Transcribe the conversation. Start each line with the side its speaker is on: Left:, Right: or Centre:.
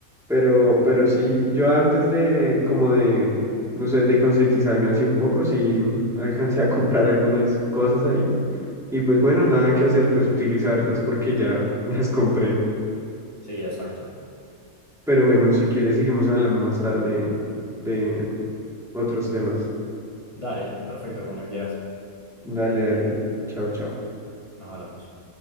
Centre: Pero, pero sí, yo antes de, como de, no sé, de concientizarme así un poco, sí alcancé a comprar algunas cosas ahí. Y pues bueno, nada que hacer, pues utilizarlas porque ya <laughs> las compré.
Left: Sí, exacto.
Centre: Pero bueno, si quieres, seguimos hablando más tarde de otros temas.
Left: Dale, perfecto, cuando quieras.
Centre: Dale, dale. Chao, chao.
Left: Nos hablamos.